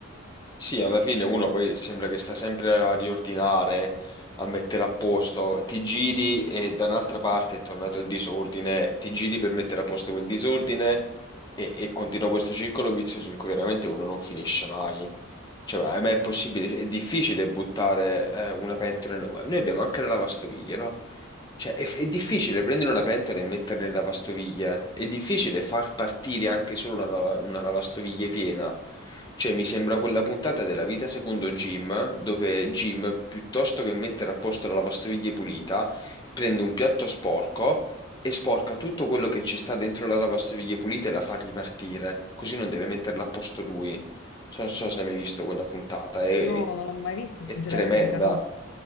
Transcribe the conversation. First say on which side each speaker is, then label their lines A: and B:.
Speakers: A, on the left (about 20°); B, on the left (about 70°).
A: Sì, alla fine uno poi sembra che sta sempre a riordinare, a mettere a posto, ti giri e da un'altra parte è tornato il disordine, ti giri per mettere a posto quel disordine e, e continua questo circolo vizioso in cui veramente uno non finisce mai. Cioè, ma ma è possibile, è difficile buttare eh, una pentola nella... Noi abbiamo anche la lavastoviglie, no? Cioè, è, è difficile prendere una pentola e metterla in lavastoviglie, è difficile far partire anche solo una, lava- una lavastoviglie piena. Cioè, mi sembra quella puntata della vita secondo Jim, dove Jim, piuttosto che mettere a posto la lavastoviglie pulita, prende un piatto sporco e sporca tutto quello che ci sta dentro la lavastoviglie pulita e la fa ripartire, così non deve metterla a posto lui. So- Non so se hai mai visto quella puntata, è,
B: No, non l'ho mai vista
A: è
B: e sinceramente
A: tremenda.
B: capis-